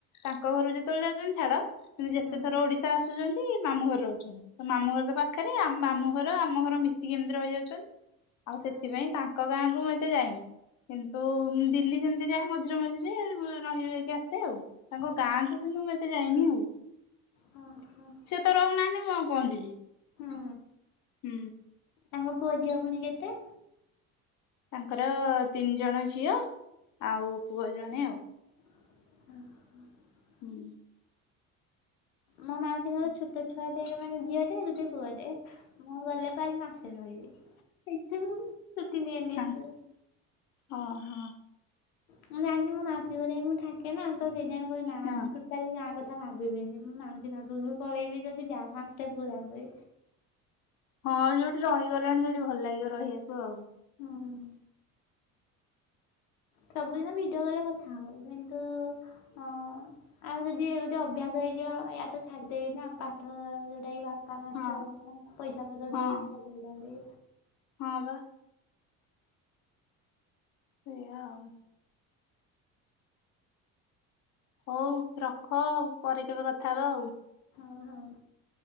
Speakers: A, on the left; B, on the left.
A: ତାଙ୍କ ଘରୁ ଯେତେବେଳେ ଯାଉଛନ୍ତି ଛାଡ କିନ୍ତୁ ଯେତେ
B: ହଁ
A: ଥର ଓଡିଶା ଆସୁଛନ୍ତି ମାମୁଁ ଘରେ ରହୁଛନ୍ତି। ତ ମାମୁଁ ଘର ତ ପାଖରେ ମାମଁ ଘର ଆମ ଘର ମିଶିକି ଏମିତି ରହିଯାଉଛନ୍ତି। ଆଉ ସେଥିପାଇଁ
B: ହଁ
A: ତାଙ୍କ ତାଙ୍କ ଗାଁକୁ ମୁଁ ଏତେ ଯାଇନି, କିନ୍ତୁ ଦିଲ୍ଲୀ ସେମିତି ଯାଏ ମଝିରେ ମଝିରେ ରହି ରୁହାକି ଆସେ। ଏତେ ଆଉ, ତାଙ୍କ ଗାଁକୁ କିନ୍ତୁ ମୁଁ ଏତେ ଯାଇନି ଆଉ।
B: ହଁ ହଁ।
A: ସେ ତ ରହୁନାହାଁନ୍ତି ମୁଁ ଆଉ କଣ ଯିବି।
B: ହୁଁ।
A: ହୁଁ।
B: ତାଙ୍କ ପୁଅ ଝିଅ ପୁଣି କେତେ?
A: ତାଙ୍କର ତିନି ଜଣ ଝିଅ ଆଉ ପୁଅ ଜଣେ ଆଉ।
B: ହ ହ
A: ହୁଁ।
B: ମୋ ମାଉସୀଙ୍କର
A: ହଁ
B: ଛୋଟ ଛୁଆଟେ ମାନେ ଝିଅ ଟେ ଗୋଟେ ପୁଅଟେ ମୁଁ ଗଲେ ପୁରା ମାସେ ରହିବି। ସେଇ <unintelligible> ଛୁଟି ନିଏନି
A: ହଁ
B: ଏତେ।
A: ଓହୋ।
B: ମୁଁ ଜାଣିଛି ମୋ ମାଉସୀ ଘରେ ହିଁ ମୁଁ ଠାକେ ନାଁ ତ ସେଇଥିପାଇଁ ମୁଁ କହେ
A: ହଁ
B: ନା ଟୋଟାଲି ଗାଁ କଥା ଭାବିବିନି ମୁଁ ମାଉସୀ ପାଖକୁ ପଳେଇବି ଯଦି ଯା ମାସେ ପୁରାପୁରି।
A: ହଁ ଯୋଉଠି ରହିଗଲଣି ସେଇଠି ଭଲ ଲାଗିବ ରହିବାକୁ ଆଉ।
B: ହୁଁ। ସବୁଦିନ ଭିଡ଼ିଓ କଲ୍ ରେ କଥା ହୋଉ କିନ୍ତୁ ଆଉ ଯଦି ଗୋଟେ ଅଭ୍ୟାସ ହେଇଯିବ ୟା ତ ଛାଡିଦେବି ନା ପାଠ ଯୋଉଟା କି ପାଠ ନଷ୍ଟ
A: ହଁ
B: ହବ ନା ପଇସା ପତ୍ର
A: ହଁ
B: ଦେଇକି ପଢୋଉଛନ୍ତି।
A: ହଁ ବା। ସେଇୟା ଆଉ। ହୋଉ ରଖ ପରେ କେବେ କଥା ହବା ଆଉ।
B: ହଉ ହଉ।